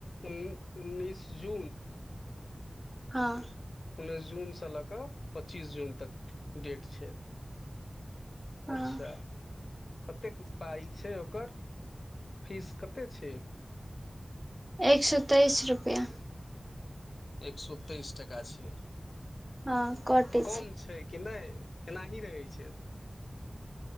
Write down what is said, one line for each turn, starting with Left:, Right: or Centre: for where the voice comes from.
Left: उन्नैस जून
Right: हँ
Left: उन्नैस जून से लऽ कऽ पच्चीस जून तक डेट छै
Right: हँ
Left: अच्छा कतेक पाइ छै ओकर फीस कतेक छै
Right: एक सए तेइस रुपैआ
Left: एक सो तेइस टाका छै
Right: हँ कटै
Left: कम छै कि नहि एनाही रहै छै